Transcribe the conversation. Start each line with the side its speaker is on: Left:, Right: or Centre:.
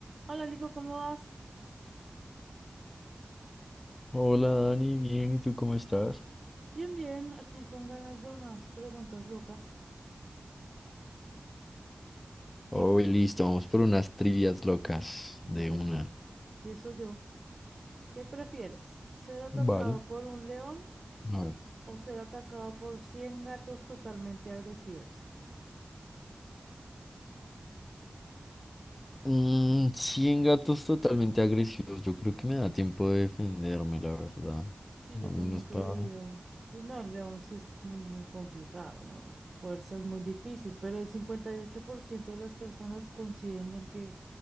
Right: Hola Nico, ¿cómo vas?
Left: Hola Dani, bien, ¿y tú cómo estás?
Right: Bien, bien, aquí con ganas de unas preguntas locas.
Left: Oh, listo, vamos por unas trivias locas
Right: Dale,
Left: de una.
Right: empiezo yo. ¿Qué prefieres? ¿Ser atacado
Left: Vale.
Right: por un león
Left: A ver.
Right: o ser atacado por 100 gatos totalmente agresivos?
Left: Mm, 100 gatos totalmente agresivos. Yo creo que me da tiempo de defenderme, la verdad.
Right: Sí, yo
Left: Algunos
Right: también creería
Left: para...
Right: que no, el león sí es muy, muy complicado, ¿no? Fuerza es muy difícil, pero el 58% de las personas coinciden en que